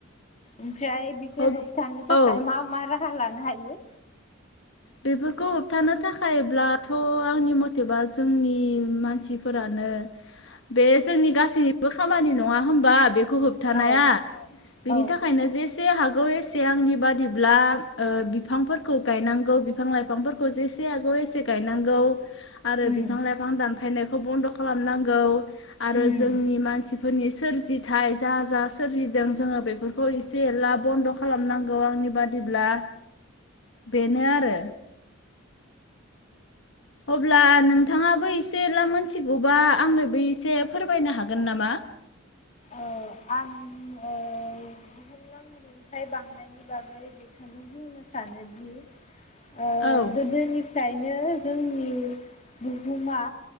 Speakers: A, on the left; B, on the left.
A: ओमफ्राय बिखो
B: हब
A: होबथानो थाखाय
B: औ
A: मा मा राहा लानो हायो?
B: बेफोरखौ होबथानो थाखायब्लाथ आंनि मतेबा जोंनि मानसिफोरानो बे जोंनि गासैनिबो खामानि नङा होमबा बेख खौ होबथानाया
A: औ
B: बेनि
A: औ
B: थाखायनो जेसे हागौ ओ एसे आंनि बादिब्ला ओ बिफांफोरखौ गायनांगौ बि बिफां लाइफांफोरखौ जेसे हागौ एसे गायनांगौ। आरो
A: उम
B: बिफां लाइफां दानफायनाय खौ बन्द खालामनांगौ। आरो
A: उम
B: जोंनि मानसि फोरनि सोरजिथाय जा जा सोरजिदों जोङो बेफोरखौ एसे एला बन्द खालामनांगौ आंनि बादिब्ला बेनो आरो अब्ला नोंथाङाबो एसे एला मोनथिगौबा आंनोबो एसे फोरमायनो हागोन नामा?
A: ओ आं ओ बुहुमनां रुंथाइ बांनायनि बागै बेखोनो बुंनो सानोदि ओ
B: औ
A: गोदोनिफ्रायनो जोंनि बुहुमा